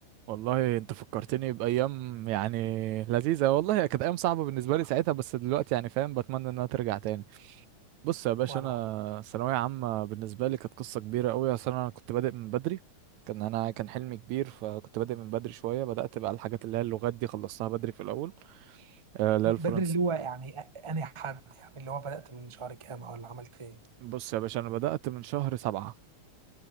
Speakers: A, on the right; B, on the right.
A: والله انت فكرتني بايام يعني لذيذه والله هي كانت ايام صعبه بالنسبه لي ساعتها بس دلوقتي يعني فاهم بتمنى انها ترجع تاني بص يا باشا
B: وانا
A: انا
B: والله
A: ثانويه عامه بالنسبه لي كانت قصه كبيره قوي اصل انا كنت بادئ من بدري كان انا كان حلمي كبير فكنت بادئ من بدري شويه بدات بقى الحاجات اللي هي اللغات دي خلصتها بدري في الاول آه، اللي
B: ب-
A: هي
B: بدري
A: الفرنسي
B: اللي هو يعني أ- انا حد يعني اللي هو بدات من شهر كام ولا عملت ايه
A: بص يا باشا انا بدات من شهر سبعة